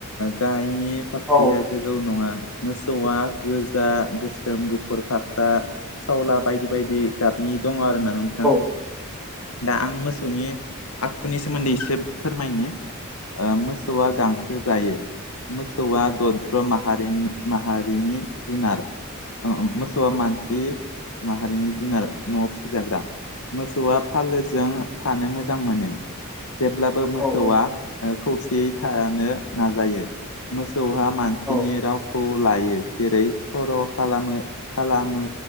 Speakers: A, on the left (about 75°); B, in the centre.
A: गायनि
B: औ
A: फाफ्लिया गोजौ नङा मोसौआ गोजा गोसोम गुफुर फाख्रा सावला बायदि बायदि गाबनि दङ आरोना नोंथां।
B: औ
A: दा आं मोसौनि आखुनि सोमोन्दै एसे फोरमायनि ओ मो मोसौआ गांसो जायो मोसौआ दद्र माहारिनि माहारिनि जुनार मोसौआ मानसि माहारिनि जुनार न'आव फिसिजाग्रा मोसौआ फालोजों थानो मोजां मोनो जेब्लाबो मोसौआ
B: औ
A: ओ खौसेयै थानो नाजायो मोसौहा मानसिनि
B: औ
A: रावखौ लायो जेरै सर' खालामो खालामो